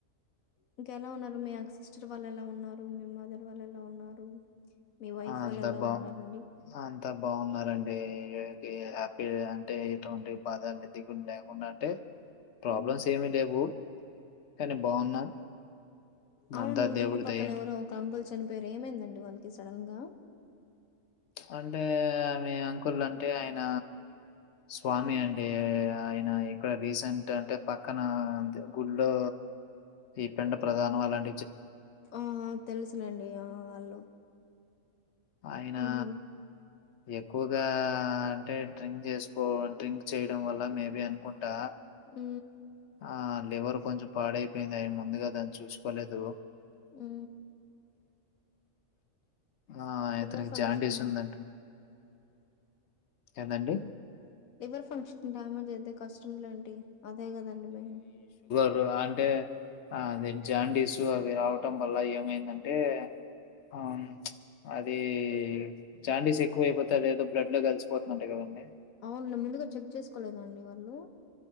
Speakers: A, on the left; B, on the left.
A: ఇంకెలా ఉన్నారు మీ అక్ సిస్టర్ వాళ్ళు ఎలా ఉన్నారు మీ మదర్ వాళ్ళు ఎలా ఉన్నారు మీ వైఫ్
B: ఆ
A: వాళ్ళు
B: అంత
A: ఎలా
B: బ
A: ఉన్నారండి
B: అంత బాగున్నారండి హ్యాపీ అంటే ఎటువంటి బాధలు దిగులు లేకుండా అంటే ప్రాబ్లమ్స్
A: ఉమ్
B: ఏమీ లేవు కానీ బాగున్నాం
A: అవును
B: అంతా
A: మీ
B: దేవుడి
A: ఇంటి పక్కన
B: దయండి.
A: ఎవరో ఒక అంకుల్ చనిపోయేరు ఏమైందండి వాళ్ళకి సడన్ గా
B: అంటే ఆమె అంకుల్ అంటే ఆయన స్వామి
A: ఉమ్
B: అండి ఆయన ఇక్కడ రీసెంట్ అంటే పక్కన గుళ్ళో ఈ పిండ ప్రధానం అలాంటి
A: ఉ తెలుసులేండి ఆ వాళ్ళు
B: ఆయనా
A: ఉహు
B: ఎక్కువగా అంటే డ్రింక్ చేసుకో డ్రింక్ చేయడం వల్ల మేబి అనుకుంటా
A: ఉ
B: ఆ లివర్ కొంచెం పాడైపోయింది అ ముందుగా దాన్ని చూసుకోలేదు
A: ఉ
B: ఆ
A: లివర్
B: అతనికి
A: ఫంక్షన్
B: జాండిస్ ఉందంట ఎందండి
A: లివర్ ఫంక్షన్ కి డ్యామేజ్ అయితే కష్టటంలేండి అదే కదండి మెయిన్
B: ఇప్పుడు ఆ అంటే ఆదే జాండీస్ అవి రావడం వల్ల ఏమైందంటే ఆమ్ చ్ అదీ జాండిస్ ఎక్కువయిపోతే అది ఏదో బ్లడ్ లో కలిసిపోతుంది అంట కదండి
A: అవునులే ముందుగా చెక్ చేసుకోలేద అండి వాళ్ళు